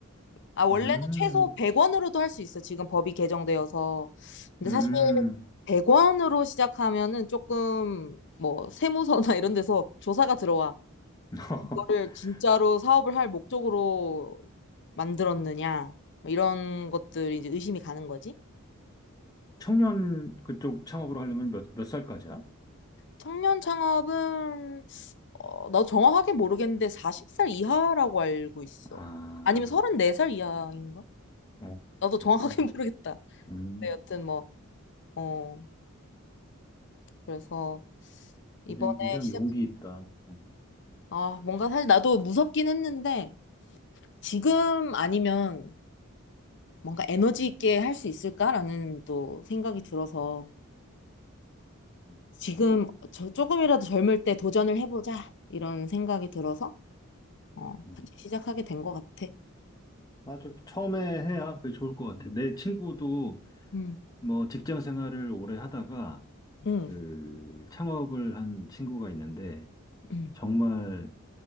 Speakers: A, on the left; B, on the left.
A: 아, 원래는
B: 음,
A: 최소 100원으로도 할 수 있어. 지금 법이 개정되어서. 근데
B: 음.
A: 사실 100원으로 시작하면은 조금 뭐 세무서나 <laughs> 이런 데서 조사가 들어와.
B: <laughs>
A: 이거를 진짜로 사업을 할 목적으로 만들었느냐. 뭐 이런 것들이 이제 의심이 가는 거지.
B: 청년 그쪽 창업으로 하려면 몇, 몇 살까지야?
A: 청년 창업은 어, 나도 정확하게 모르겠는데 40살 이하라고 알고 있어.
B: 아,
A: 아니면 음, 34살 이하인가?
B: 어,
A: 나도 정확하게
B: 그렇구나.
A: <laughs> 모르겠다.
B: 음.
A: 네, 여튼 뭐, 어, 그래서 이번에
B: 예전 굉장히
A: 시작,
B: 용기 있다. 음,
A: 아, 뭔가 사실 나도 무섭긴 했는데 지금 아니면 뭔가 에너지
B: 음,
A: 있게 할 수 있을까라는 또 생각이 들어서
B: 음,
A: 지금
B: 맞아.
A: 저 조금이라도 젊을 때 도전을 해보자 이런 생각이 들어서 어, 같이
B: 음.
A: 시작하게 된 것 같아.
B: 맞아. 처음에 해야 그게 좋을 것 같아. 내 친구도
A: 음,
B: 뭐 직장 생활을 오래 하다가
A: 음,
B: 그 창업을 한 친구가 있는데
A: 음.
B: 정말